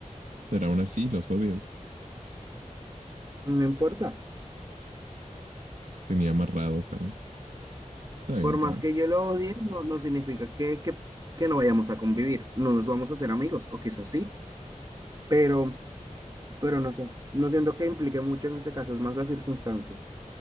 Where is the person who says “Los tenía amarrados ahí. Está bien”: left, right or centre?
Right